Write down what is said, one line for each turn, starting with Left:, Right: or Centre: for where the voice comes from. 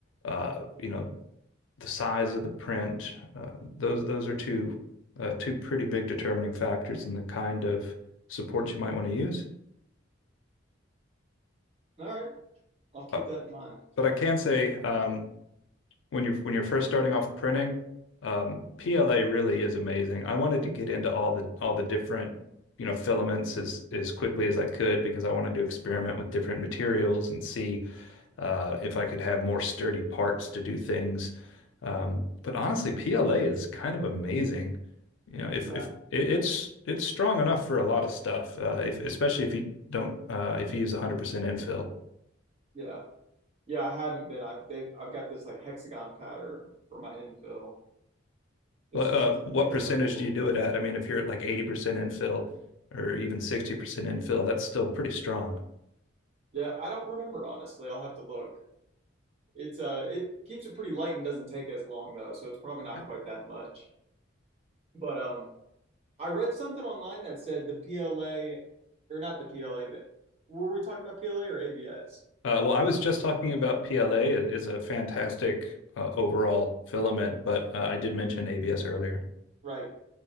Left: uh, you know, the size of the print, uh, those those are two uh, two pretty big determining factors in the kind of supports you might want to use.
Right: All right, I'll keep
Left: Uh,
Right: that in mind.
Left: but I can say um, when you're when you're first starting off printing, um, PLA really is amazing. I wanted to get into all the all the different, you know, filaments as as quickly as I could because I wanted to experiment with different materials and see uh, if I could have more sturdy parts to do things. Um, but honestly, PLA is kind of amazing. You know, if
Right: Yeah.
Left: if it, it's it's strong enough for a lot of stuff, uh, if especially if you don't uh, if you use 100% infill.
Right: Yeah. Yeah, I haven't been. I've they, I've got this like hexagon pattern for my infill,
Left: What,
Right: just so
Left: uh,
Right: it doesn't
Left: what
Right: take
Left: percentage
Right: quite as long.
Left: do you do it at? I mean, if you're at like 80% infill or even 60% infill, that's still pretty strong.
Right: Yeah, I don't remember honestly. I'll have to look. It's uh, it keeps it pretty light and doesn't take as long though, so it's probably not
Left: Yeah.
Right: quite that much. But um, I read something online that said the PLA, or not the PLA, that were we talking about PLA or ABS?
Left: Uh, well, I was just talking about PLA is a fantastic uh, overall filament, but uh, I did mention ABS earlier.
Right: Right.